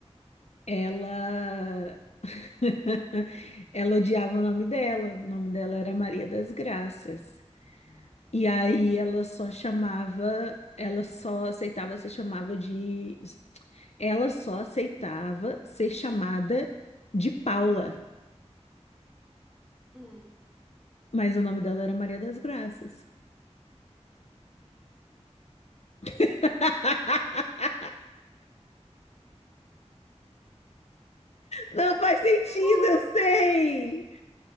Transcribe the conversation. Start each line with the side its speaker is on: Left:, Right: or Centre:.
Left: ela <laughs> ela odiava o nome dela. O nome dela era Maria das Graças. E aí ela só chamava, ela só aceitava ser chamava de ela só aceitava ser chamada de Paula,
Centre: Hum.
Left: mas o nome dela era Maria das Graças. <laughs> Não faz sentido,
Centre: Tá bom.
Left: eu sei.